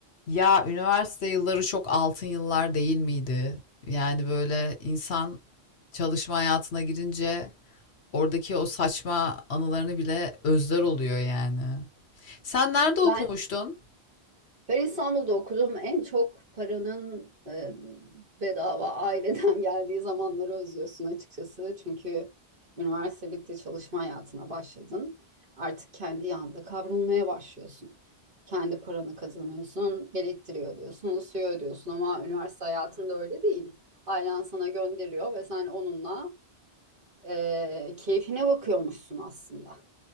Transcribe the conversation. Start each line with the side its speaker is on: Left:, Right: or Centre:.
Left: Ya üniversite yılları çok altın yıllar değil miydi? Yani böyle insan çalışma hayatına girince oradaki o saçma anılarını bile özler oluyor yani. Sen nerede okumuştun?
Right: Ben ben İstanbul'da okudum. En çok paranın e, bedava aileden <laughs> geldiği zamanları özlüyorsun açıkçası. Çünkü üniversite bitti, çalışma hayatına başladın. Artık kendi yanında kavrulmaya başlıyorsun. Kendi paranı kazanıyorsun, elektriği ödüyorsun, suyu ödüyorsun ama üniversite hayatında öyle değil. Ailen sana gönderiyor ve sen onunla e, keyfine bakıyormuşsun aslında.